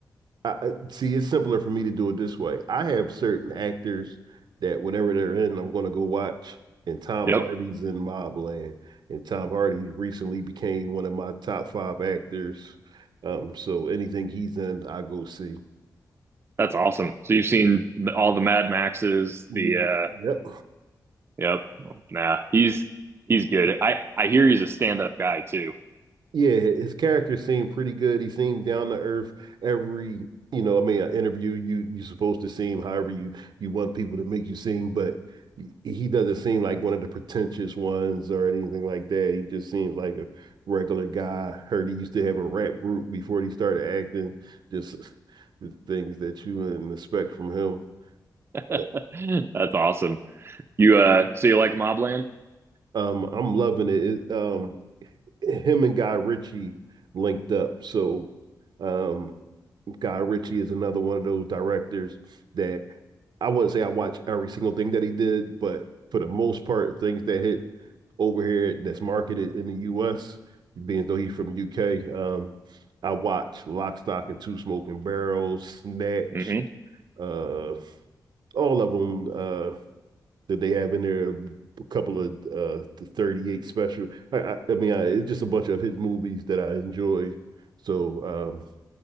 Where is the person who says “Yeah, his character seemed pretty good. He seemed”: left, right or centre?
Right